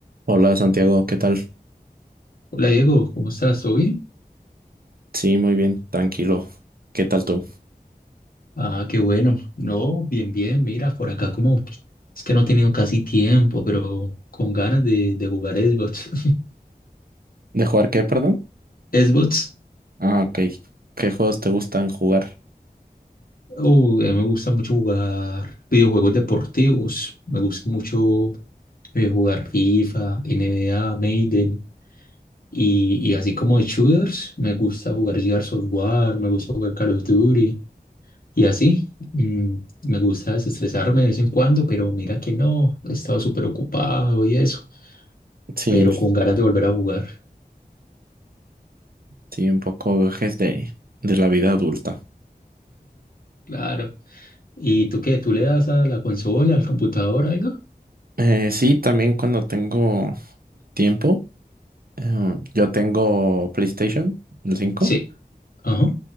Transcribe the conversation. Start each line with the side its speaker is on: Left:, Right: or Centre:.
Right: Hola Santiago, ¿qué tal?
Left: Hola Diego, ¿cómo estás? ¿Todo bien?
Right: Sí, muy bien, tranquilo. ¿Qué tal tú?
Left: Ah, qué bueno. No, bien, bien. Mira, por acá como es que no he tenido casi tiempo, pero con ganas de, de jugar Xbox.
Right: ¿De jugar qué, perdón?
Left: <laughs> Xbox,
Right: Ah, ok. ¿Qué juegos te gustan jugar?
Left: oh, a mí me gusta mucho jugar videojuegos deportivos. Me gusta mucho eh, jugar FIFA, NBA, Maiden. Y, y así como de shooters, me gusta jugar Gears of War, me gusta jugar Call of Duty. Y así, mm, me gusta desestresarme de vez en cuando, pero mira que no, he estado súper ocupado y eso,
Right: Sí,
Left: pero con ganas de volver a jugar,
Right: sí, un poco viajes de, de la vida adulta.
Left: claro. ¿Y tú qué? ¿Tú le das a la consola, al computador, algo?
Right: Eh, sí, también cuando tengo tiempo, eh, yo tengo PlayStation, el 5.
Left: Sí. Ajá.